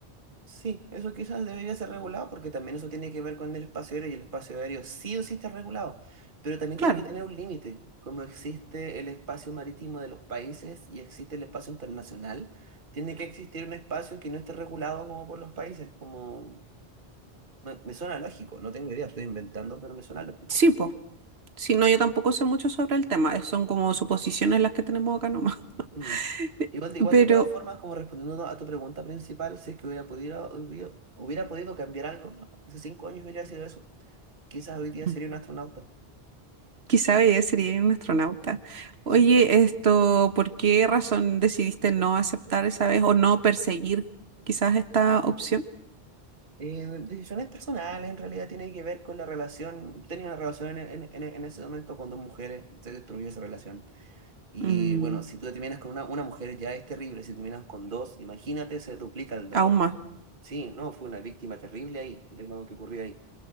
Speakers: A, on the right; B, on the right.
A: Sí, eso quizás debería ser regulado porque también eso tiene que ver con el espacio aéreo y el espacio aéreo sí o sí está regulado, pero también
B: claro.
A: tiene que tener un límite, como existe el espacio marítimo de los países y existe el espacio internacional, tiene que existir un espacio que no esté regulado como por los países, como me, me suena lógico, no tengo idea, estoy inventando, pero me suena lógico.
B: Sí, po. Si no, yo tampoco sé mucho sobre el tema, eh, son como suposiciones las que tenemos acá nomás.
A: Mm.
B: <laughs>
A: Igual, de- igual
B: Pero
A: de todas formas, como respondiendo a tu pregunta principal, si es que hubiera podido, hubiera, hubiera podido cambiar algo, hace cinco años hubiera sido eso. Quizás hoy día
B: mm,
A: sería un astronauta.
B: quizá ella sería un astronauta. Oye,
A: Sí.
B: esto, ¿por qué razón decidiste no aceptar esa vez o no perseguir quizás esta opción?
A: Eh, decisiones personales en realidad tiene que ver con la relación. Tenía una relación en, en- en- en ese momento con dos mujeres, se destruyó esa relación. Y
B: Mm,
A: bueno, si tú te terminas con una, una mujer ya es terrible, si terminas con dos, imagínate, se duplica el dolor.
B: aún más.
A: Sí, no, fue una víctima terrible ahí, de lo que ocurrió ahí.